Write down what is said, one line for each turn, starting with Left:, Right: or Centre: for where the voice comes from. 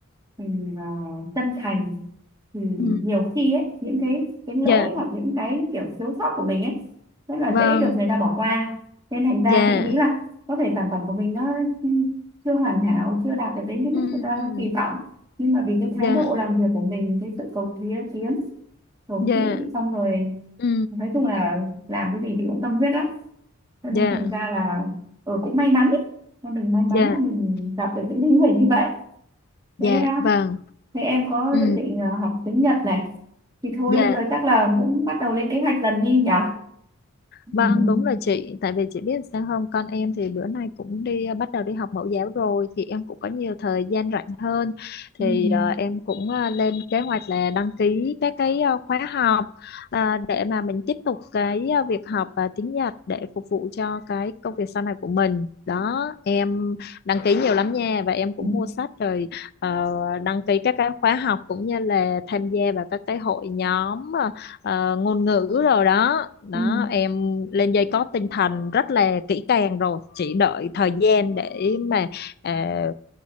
Right: mình uh, chân thành thì
Left: Ừm.
Right: nhiều khi ấy những cái cái lỗi
Left: Dạ.
Right: hoặc những cái kiểu thiếu sót của mình ấy rất là
Left: Vâng.
Right: dễ được người ta bỏ qua nên thành ra
Left: Dạ.
Right: chị nghĩ là có thể sản phẩm của mình nó chưa hoàn hảo chưa đạt được đến cái
Left: Ừm.
Right: mức người ta
Left: Ừm.
Right: kỳ vọng nhưng mà vì cái thái
Left: Dạ.
Right: độ làm việc của mình cái sự cầu tiến tiến cầu
Left: Dạ.
Right: thị xong rồi
Left: Ừ,
Right: nói chung là làm cái gì thì cũng tâm huyết lắm cho nên
Left: dạ,
Right: thành ra là ừ, cũng may mắn ấy. Mà mình may mắn
Left: dạ,
Right: là mình gặp được những cái người như vậy
Left: dạ,
Right: thế à,
Left: vâng,
Right: thế em có
Left: ừ,
Right: dự định à, học tiếng Nhật này thì thôi
Left: dạ.
Right: bây giờ chắc là cũng bắt đầu lên kế hoạch dần đi nhỉ
Left: Vâng,
Right: <laughs>
Left: đúng là chị, tại vì chị biết sao không, con em thì bữa nay cũng đi ờ, bắt đầu đi học mẫu giáo rồi thì em cũng có nhiều thời gian rảnh hơn
Right: Ừ.
Left: thì
Right: Ừ.
Left: ờ, em cũng ờ, lên kế hoạch là đăng ký các cái ờ, khóa học ờ, để mà mình tiếp tục cái ờ, việc học ờ, tiếng Nhật để phục vụ cho cái công việc sau này của mình. Đó, em đăng ký nhiều lắm nha và em cũng
Right: Ừ.
Left: mua sách rồi ờ, đăng ký các cái khóa học cũng như là tham gia vào các cái hội nhóm ờ, ờ, ngôn ngữ rồi đó đó
Right: Ừ.
Left: em lên dây cót tinh thần rất là kỹ càng rồi chỉ đợi thời gian để mà à,